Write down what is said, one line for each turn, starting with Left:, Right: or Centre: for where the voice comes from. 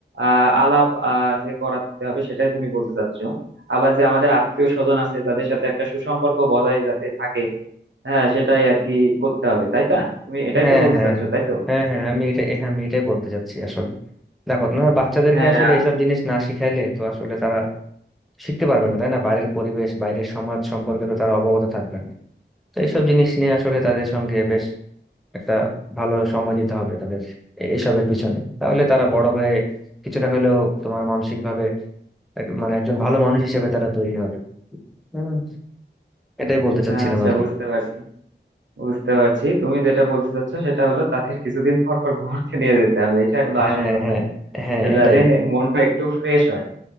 Right: আহ আলাপ আহ যে করাতে হবে সেটাই তুমি বলতে চাচ্ছো আবার যে আমাদের আত্মীয় স্বজন আছে তাদের সাথে একটা সুসম্পর্ক বজায় যাতে থাকে হ্যাঁ সেটাই আর কি করতে হবে তাই না তুমি এটাই
Centre: হ্যাঁ
Right: তো বলতে
Centre: হ্যাঁ
Right: চাচ্ছো তাই তো
Centre: হ্যাঁ হ্যাঁ আমি এটা হ্যাঁ আমি এটাই বলতে চাচ্ছি আসলে দেখো না বাচ্চাদেরকে
Right: হ্যাঁ
Centre: আসলে এসব জিনিস না শিখাইলে তো আসলে তারা শিখতে পারবে না তাই না বাইরের পরিবেশ বাইরের সমাজ সম্পর্কে তো তারা অবগত থাকবেন না তো এইসব জিনিস নিয়ে আসলে তাদের সঙ্গে বেশ একটা ভালো সময় দিতে হবে তাদের এ- এসবের পিছনে তাহলে তারা বড় হয়ে কিছুটা হলেও তোমার মানসিক ভাবে মানে একজন ভালো মানুষ হিসেবে তারা তৈরি হবে হুম, এটাই বলতে চাচ্ছিলাম
Right: আচ্ছা
Centre: আর কি
Right: বুঝতে পারছি বুঝতে পারছি তুমি যেটা বলতে চাচ্ছ সেটা হলো তাদের কিছুদিন পর পর ঘুরতে নিয়ে যেতে হবে এটাই হলো
Centre: হ্যাঁ
Right: আসল কথা
Centre: হ্যাঁ হ্যাঁ
Right: যে
Centre: এটাই
Right: যাদের মনটা একটু ফ্রেশ হয়